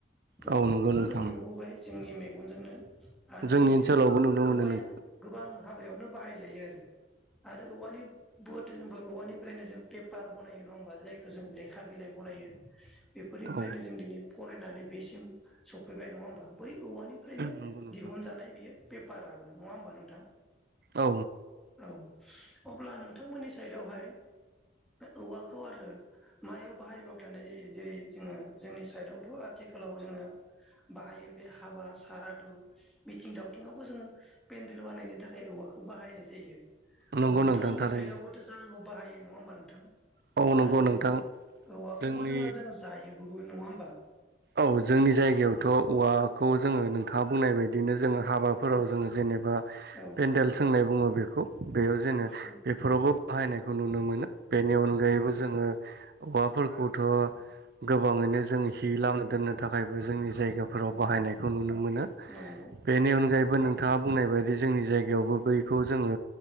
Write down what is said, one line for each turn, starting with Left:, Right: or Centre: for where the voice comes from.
Centre: गोबां
Right: औ
Centre: बेफोरखौ
Right: नंगौ नोंथां
Centre: जों नुबोबाय जोंनि मेगनजोंनो आरो
Right: जोंनि
Centre: बिदिनो
Right: ओनसोलावबो नुनो मोनो
Centre: औवाया
Right: नों
Centre: गोबां हाबायावनो बाहायजायो आरो आरो औवानि बद जों औवानिफ्रायनो जों पेपार बनायो नङा होमबा जायखौ जों लेखा बिलाइ बनायो बेफोरनिफ्रायनो
Right: औ
Centre: जों दिनै फरायनानै बेसिम सफैबाय नङा होमबा बै औवानिफ्रायनो
Right: नंगौ नोंथां
Centre: दिहुनजानाय बियो बे पाराबो नङा होमबा नोंथां?
Right: औ।
Centre: औ अब्ला नोंथांमोननि सायदाव हाय औवाखौ आरो मायाव बाहायबाव थानाय जायो जेरै जोङो जोंनि सायदावथ' आथिखालाव जोङो बायो बे हाबा सारादु मिथिं दावथिङावबो जोङो पेन्देल बानायनो थाखाय औवाखौ खौ बाहायनाय जायो
Right: नंगौ
Centre: औ नोंथांमोननि
Right: नोंथां थारैनो
Centre: सायदआवबोथ' जानांगौ बाहायो नङा होमबा नोंथां?
Right: औ नंगौ
Centre: आरो जों
Right: नोंथां
Centre: औवाखौबो
Right: जोंनि
Centre: जोङो जोङो जायोबो नङा होमबा?
Right: औ जोंनि जायगायावथ' औवाखौ जोङो नोंथाङा बुंनाय बायदि बिदिनो जोङो हाबाफोराव जोङो जेनेबा
Centre: औ
Right: पेन्देल सोंनाय बुङो बेखौ बेयाव जेने
Centre: औ
Right: बेफोरावबो बाहायनायखौ नुनो मोनो। बेनि अनगायैबो जोङो औवाफोरखौथ' गोबाङैनो जों हि लामो। दोननो थाखायबो जोंनि जायगाफोराव बाहायनायखौ नुनो मोनो
Centre: नंगौ
Right: बेनि अनगायैबो बो नोंथाङा बुंनाय बायदि जोंनि जायगायावबो बैखौ जोङो